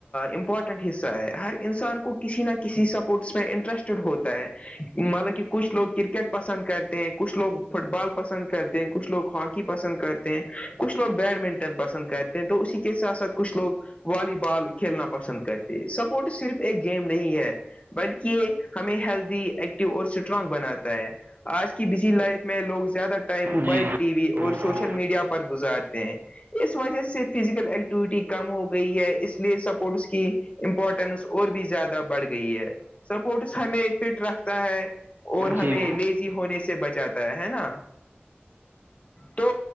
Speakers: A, on the left; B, on the right.
A: امپورٹنٹ حصہ ہے ہر انسان کو کسی نہ کسی سپورٹس میں انٹرسٹیڈ ہوتا ہے مطلب کہ کچھ لوگ کرکٹ پسند کرتے ہیں کچھ لوگ فٹ بال پسند کرتے ہیں کچھ لوگ ہاکی پسند کرتے ہیں کچھ لوگ بیڈمنٹن پسند کرتے ہیں تو اسی کے ساتھ ساتھ کچھ لوگ والی بال کھیلنا پسند کرتے سپورٹس صرف ایک گیم نہیں ہے بلکہ ہمیں ہیلدی ایکٹو اور اسٹرانگ بناتا ہے آج کی بزی لائف میں لوگ زیادہ ٹائم موبائل
B: جی
A: ٹی وی
B: ٹھیک
A: اور سوشل
B: ہے
A: میڈیا پر گزارتے ہیں اس وجہ سے فزیکل ایکٹیویٹی کم ہو گئی ہے اس لیے سپورٹس کی امپورٹنس اور بھی زیادہ بڑھ گئی ہے سپورٹس ہمیں فٹ رکھتا ہے اور
B: جی
A: ہمیں لیزی ہونے سے بچاتا ہے ہے نا تو